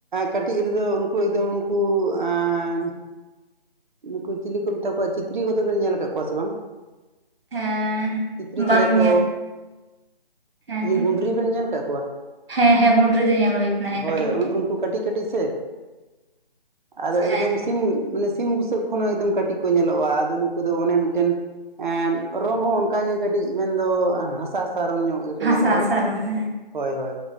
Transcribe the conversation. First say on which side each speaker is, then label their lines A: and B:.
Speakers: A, on the right (about 55°); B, on the right (about 70°).
A: ᱠᱟᱹᱴᱤᱡ ᱨᱮᱫᱚ ᱩᱱᱠᱩ ᱮᱠᱫᱚᱢ ᱩᱱᱠᱩ ᱟᱸᱻ ᱱᱩᱠᱩ ᱪᱤᱞᱤ ᱠᱚ ᱢᱮᱛᱟ ᱠᱚᱣᱟ ᱪᱤᱛᱨᱤ ᱠᱚᱫᱚᱵᱮᱱ ᱧᱮᱞ ᱟᱠᱟᱫ ᱠᱚᱣᱟ ᱥᱮ ᱵᱟᱝ?
B: ᱦᱮᱸ
A: ᱪᱤᱛᱨᱤ ᱪᱮᱸᱬᱮᱸ
B: ᱵᱟᱝ
A: ᱠᱚ,
B: ᱧᱮᱞ ᱦᱮᱸ
A: ᱤᱭᱟᱹ
B: ᱦᱮᱸ
A: ᱜᱩᱸᱰᱨᱤ ᱵᱮᱱ ᱧᱮᱞ ᱠᱟᱜ ᱠᱚᱣᱟ?
B: ᱦᱮᱸ ᱦᱮᱸ ᱜᱩᱸᱰᱨᱤ ᱫᱚ ᱧᱮᱞ ᱦᱩᱭ ᱟᱠᱟᱱᱟ ᱦᱮᱸ
A: ᱦᱳᱭ
B: ᱠᱟᱹᱴᱤᱡ
A: ᱩᱱᱠᱩ ᱠᱟᱹᱴᱤᱡ ᱠᱟᱹᱴᱤᱡ ᱥᱮ ᱟᱫᱚ
B: ᱦᱮᱸ
A: ᱮᱠᱫᱚᱢ ᱥᱤᱢ ᱢᱟᱱᱮ ᱥᱤᱢ ᱵᱩᱥᱟᱹᱜ ᱠᱷᱚᱱᱟᱜ ᱦᱚᱸ ᱮᱠᱫᱚᱢ ᱠᱟᱹᱴᱤᱡ ᱠᱚ ᱧᱮᱞᱚᱜᱼᱟ᱾ ᱟᱫᱚ ᱱᱩᱠᱩ ᱫᱚ ᱚᱱᱮ ᱢᱤᱫᱴᱮᱱ ᱮᱸᱱ ᱨᱚᱝ ᱦᱚᱸ ᱚᱱᱠᱟᱜᱮ ᱠᱟᱹᱴᱤᱡ ᱢᱮᱱᱫᱚ ᱦᱟᱸᱥᱟ ᱦᱟᱥᱟ ᱦᱟᱥᱟ ᱨᱚᱝ ᱧᱚᱜ ᱜᱮᱠᱚ
B: ᱦᱟᱥᱟ
A: ᱧᱮᱞᱚᱜᱼᱟ᱾
B: ᱦᱟᱥᱟ ᱨᱚᱝ ᱦᱮᱸ
A: ᱦᱳᱭ, ᱦᱳᱭ,